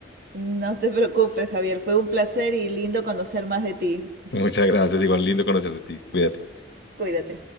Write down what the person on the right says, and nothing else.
No te preocupes, Javier. Fue un placer y lindo conocer más de ti.
Cuídate.